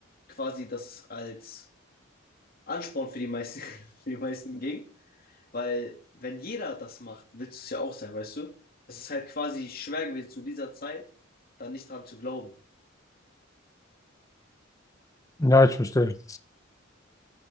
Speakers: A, on the left (about 50°); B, on the left (about 15°).
A: Quasi das als Ansporn für die meisten, <laughs> für die meisten ging. Weil wenn jeder das macht, willst du es ja auch sein, weißt du? Es ist halt quasi schwer gewesen zu dieser Zeit, da nicht dran zu glauben.
B: Ja, ich verstehe.